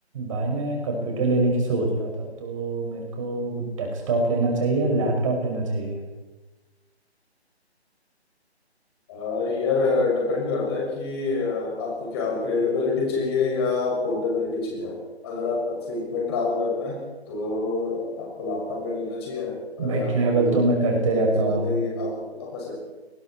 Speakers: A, on the right (about 30°); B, on the left (about 25°).
A: भाई मैं कंप्यूटर लेने की सोच रहा था तो मेरे को डेस्कटॉप लेना चाहिए या लैपटॉप लेना चाहिए
B: अह, यार डिपेंड करता है कि अह, आपको क्या अपग्रेडेबिलिटी चाहिए या पोर्टेबिलिटी चाहिए अगर आप फ्रीक्वेंट ट्रैवल करते हैं तो आपको लैपटॉप ले लेना चाहिए और अगर
A: भाई
B: आपको
A: ट्रैवल तो
B: like,
A: मैं करते रहता
B: एक जगह
A: हूँ
B: पे ही आप अपना सेट